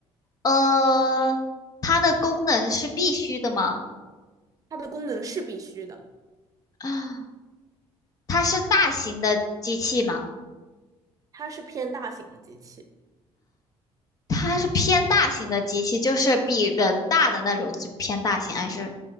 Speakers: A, on the left; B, on the right.
A: 呃，它的功能是必须的吗？
B: 它的功能是必须的。
A: 啊，它是大型的机器吗？
B: 它是偏大型的机器，
A: 它是偏大型的机器，就是比人大的那种，就偏大型还是？